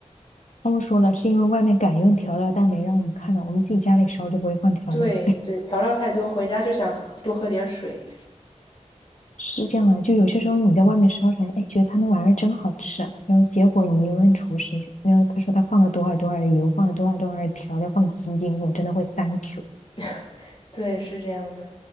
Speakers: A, on the left; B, on the left.
A: 他们说了，是因为外面敢用调料，但没让我们看到，我们自己家里烧就不会放调料，
B: 对对，调料太多，回家就想喝多喝点水。
A: 是这样的。就有些时候你在外面烧出来，哎，觉得他那玩意儿真好吃啊，然后结果你一问厨师，然后他说他放了多少多少的油，放了多少多少的调料，放鸡精，我真的会 thank you。
B: <laughs> 对，是这样的。